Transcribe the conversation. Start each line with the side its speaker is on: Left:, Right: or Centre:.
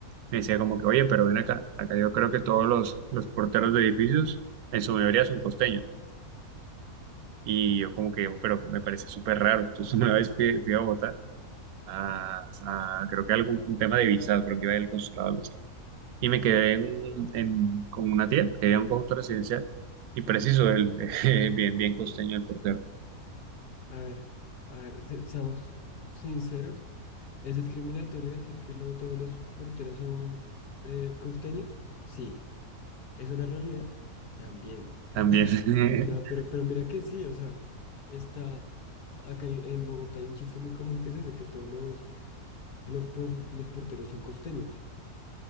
Right: me decía como que, oye, pero ven acá, acá yo creo que todos los, los porteros de edificios, en su mayoría son costeños. Y yo como que, pero me parece súper raro. Entonces una vez fui, fui a Bogotá, a, a- creo que algún un tema de visado, creo que iba del consulado o algo así. Y me quedé en, en- con una tía, que era en un conjunto residencial, y preciso, el, <laughs> bien, bien costeño
Left: Eh,
Right: el portero.
Left: A ver, a ver, se- seamos sinceros. ¿Es discriminatorio decir que lo- todos los porteros son eh, costeños? Sí. ¿Es una realidad? También.
Right: También, <laughs>
Left: No, pero, pero mira que sí, o sea, está acá en, en Bogotá hay un chiste muy común que es ese, que todos los, los, pos- los porteros son costeños.